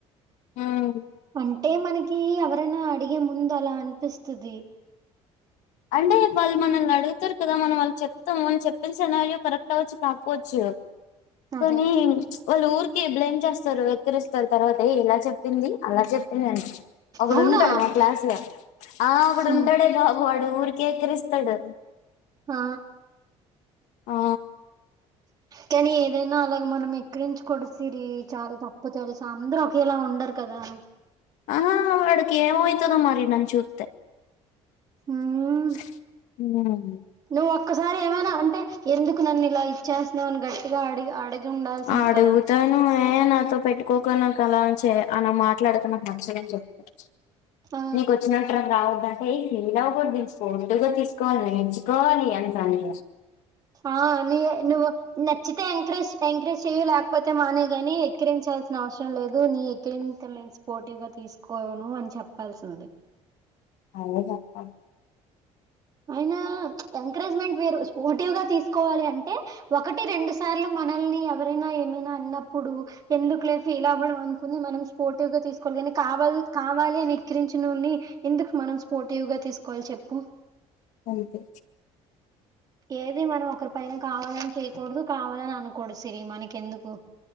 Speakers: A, on the left (about 80°); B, on the right (about 30°).
A: హ్మ్.
B: అంటే మనకి ఎవరైనా అడిగే ముం దలా అనిపిస్తుది
A: అంటే వాళ్ళు మనల్ని అడుగుతారు కదా మనం వాళ్ళు చెప్తాము అని చెప్త ప్పిన సినారియో కరెక్ట్ అవ్వచ్చు కా పోచ్చు
B: అదే
A: కానీ వాళ్ళు ఊరికే బ్లేమ్ చేస్తారు వెక్కిరిస్తారు తర్వాత ఏ ఎలా చెప్పింది అలా చెప్పిందని ఒకడు
B: అవునా
A: ఉంటాడు మా క్లాస్ లో ఆ ఒకడు
B: ఉమ్,
A: ఉంటాడే బాబ్ ఊరికేే ఎక్కిరిస్తడు
B: ఆ
A: ఆ
B: కానీ ఏదైనా అలాగ మనం ఎక్కిరించు కొడు సిరి చాల తప్పు తెల్సు అందరూ ఒకేలా ఉండరు కదా
A: ఆ వాడికి ఏం ఐతుందో మరి నన్ చూ తె <unintelligible>
B: హ్మ్ నువ్వు ఒక్కసారి ఏమైనా అంటే ఎందుకు నన్ను ఇలా ఇచ్చేస్త్నావని గట్టిగా అడి అడిగి ఉండాల్సింది
A: ఆడుగుతాను
B: కదా
A: మే నాతో పెటు కోక నా కలాన్ చే అనా మాట్లాడకు నా నచ్చదని చెప్పచ్చు
B: ఆ
A: నీకు వచ్చినట్టు <unintelligible> <unintelligible> తీసుకోవాలి నేర్చుకోవాలి అంతని
B: ఆ ని నువ్వు నచ్చితే ఎంకరేజ్ ఎంకరేజ్ చెయ్యు లేకపోతే మానేయ్ గాని ఎక్కిరించాల్సిన అవసరం లేదు నీ ఎక్కిరింతలు నేను స్పోర్టివ్ గా తీసుకోను అని చెప్పాల్సింది
A: అదే చెప్ప <inaudible>
B: అయినా ఎంకరేజ్మెంట్ వేరు స్పోర్టివ్ గా తీసుకోవాలి అంటే ఒకటి రెండు సార్లు మనల్ని ఎవరైనా ఏమైనా అన్నప్పుడు ఎందుకులే ఫీల్ అవ్వడం అనుకుని మనం స్పోర్టివ్ గా తీసుకోవాలి కానీ కావాల్ కావాలి అని ఎక్కిరించినోని ఎందుకు మనం స్పోర్టివ్ గా తీసుకోవాలి చెప్పు
A: అంతే
B: ఏది మనం ఒకరి పైన కావాలని చేయ్ కూడదు కావాలని అనుకూడదు సిరి మనకెందుకు